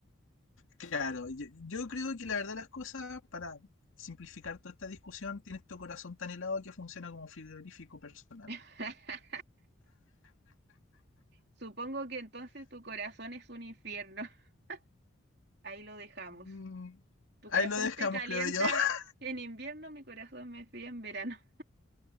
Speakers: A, on the left; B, on the right.
A: Claro, yo, yo creo que la verdad las cosas, para simplificar toda esta discusión, tienes tu corazón tan helado que funciona como un frigorífico personal.
B: <laughs> Supongo que entonces tu corazón es un infierno. <laughs> Ahí lo dejamos.
A: Mm,
B: Tu
A: Ahí
B: corazón
A: lo dejamos,
B: te calienta
A: creo yo. <laughs>
B: en invierno, mi corazón me fría en verano.